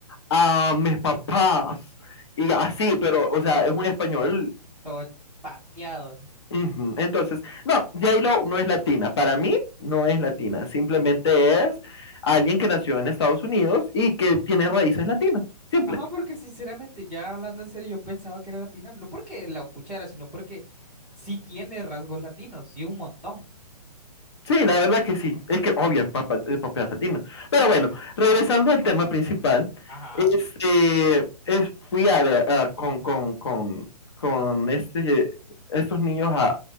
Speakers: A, on the left; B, in the centre.
A: a mis papás. Y así, pero, o sea, es un español.
B: Todo pateado.
A: ujú. Entonces, no, J-Lo no es latina. Para mí, no es latina. Simplemente es alguien que nació en Estados Unidos y que tiene raíces latinas. Simple.
B: Ajá, porque sinceramente, ya hablando en serio, yo pensaba que era latina, no porque la escuchara, sino porque sí tiene rasgos latinos y un montón.
A: Sí, la verdad que sí. Es que obvio, es papa- es propiedad latina. Pero
B: Sí.
A: bueno, regresando al tema principal,
B: Ajá.
A: este, es, fui a, ver, a- con, con, con, con este, estos niños a,